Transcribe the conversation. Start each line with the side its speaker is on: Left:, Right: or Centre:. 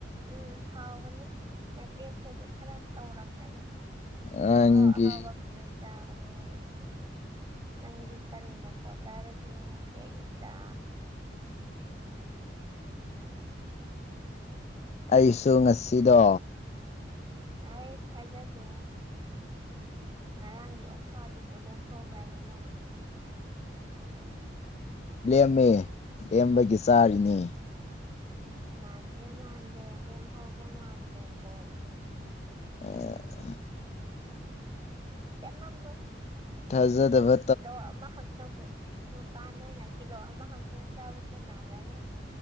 Right: ꯎꯝ ꯍꯥꯎꯕꯅꯤ ꯅꯆꯦꯈꯣꯏꯗꯤ ꯈꯔ ꯇꯧꯔꯛꯀꯅꯤ
Left: ꯅꯪꯒꯤ
Right: ꯑꯍꯥꯎ ꯑꯍꯥꯎꯕ ꯈꯛꯇꯪ ꯆꯥꯕꯅꯦ ꯅꯪꯗꯤ ꯀꯔꯤ ꯃꯊꯦꯜ ꯆꯥꯏꯔꯒꯦ ꯉꯁꯤ ꯑꯌꯨꯛꯇ
Left: ꯑꯩꯁꯨ ꯉꯁꯤꯗꯣ
Right: ꯑꯩꯁ ꯊꯥꯖꯗꯦ ꯉꯔꯥꯡꯒꯤ ꯑꯣꯛꯁꯥꯗꯨꯕꯨ ꯂꯦꯝꯍꯧꯕ꯭ꯔꯅꯤꯅꯪ
Left: ꯂꯦꯝꯃꯦ ꯂꯦꯝꯕꯒꯤ ꯆꯥꯔꯤꯅꯦ
Right: ꯃꯥꯟꯗꯦ ꯃꯟꯗꯦꯗ ꯍꯧꯕ ꯃꯥꯟꯗꯦ ꯀꯣ
Left: ꯑ <unintelligible>
Right: ꯂꯦꯝꯃꯝꯃꯣꯢ
Left: ꯊꯥꯖꯥꯗꯕ
Right: ꯀꯤꯂꯣ ꯑꯃꯈꯛꯇꯪꯕꯨ ꯅꯨꯄꯥ ꯅꯣꯏ ꯑꯣꯏꯅ ꯀꯤꯂꯣ ꯑꯃꯈꯛꯇꯪ ꯆꯥꯕ ꯀꯣꯟꯅꯕ꯭ꯔꯅꯦ